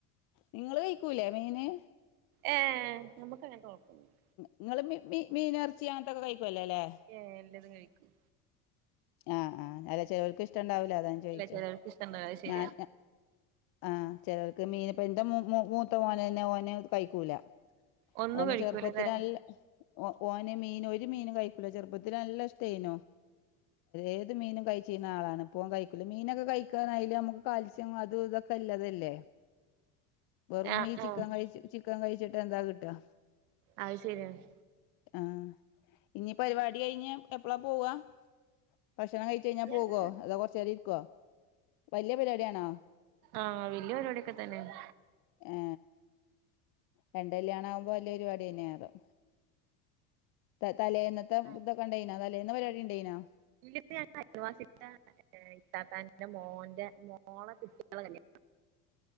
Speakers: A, on the left (about 50°); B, on the right (about 75°).
A: നിങ്ങള് കഴിക്കൂലെ മീന്?
B: ഏ നമുക്ക് അങ്ങനെ കൊഴപ്പന്നുല്ല
A: നിങ്ങള് മി മി മീൻ ഇറച്ചി അങ്ങനത്തൊക്കെ കഴിക്കുവല്ലോ അല്ലേ
B: ഏ എല്ലാതും കഴിക്കും.
A: ആഹ് ആഹ് അല്ല ചെ ലേർക്ക് ഇഷ്ടുണ്ടാവൂല അത് ഞാൻ ചോദിച്ചേ
B: അല്ല ചെലോർക്ക് ഇഷ്ടണ്ടാവൂല അത് ശരിയാ
A: ഞാൻ ആഹ് ചിലർക്ക് മീൻ ഇപ്പ എന്റെ മൂ മൂ മൂത്ത മോനന്നെ ഓനെ കഴിക്കൂല
B: ഒന്നും
A: ഓന്
B: കഴിക്കൂലല്ലേ
A: ചെറുപ്പത്തില് ല്ല ഓ ഓന് മീൻ ഒരു മീൻ കഴിക്കൂല ചെറുപ്പത്തില് ല്ല ഇഷ്ട്ടെയ്നു. ഏത് മീനും കഴിച്ചീ ന്ന ആളാണ് ഇപ്പോ ഓൻ കഴിക്കൂല മീനൊക്കെ കഴിക്കാനായല് നമുക്ക് കാൽത്സ്യം അതുംഇതൊക്കെല്ലതല്ലേ വെറുമീ
B: ആ ആ
A: ചിക്കൻ കഴിച്ച ചിക്കൻ കഴിച്ചിട്ട് എന്താ കിട്ടാ
B: അത് ശെരിആണ്
A: ആഹ ഇഞ്ഞി പരിപാടി കഴിഞ്ഞ് എപ്പളാ പോവാ ഭക്ഷണം കഴിച്ച് കഴിഞ്ഞാ
B: ഞങ്ങ
A: പോകോ അതോ കൊർച്ചേരം ഇരിക്കോ? വല്യ പരിപാടിയാണോ
B: ആഹ വലിയ പരിപാടിക്കെ തന്നെണ്.
A: ഏ രണ്ട്ല്യാണആവുമ്പോ വല്യരുവാടി തന്നെയാരം. ത തലേന്നത്തെതൊക്കെണ്ടേയ്നോ
B: ആ
A: തലേന്ന് പരിപാടിണ്ടേയ്നോ?.
B: <unintelligible> എന്റെ ഇത്താത്തൻന്റെ മോന്റെ മോളെ കുട്ടാളെ കല്യണ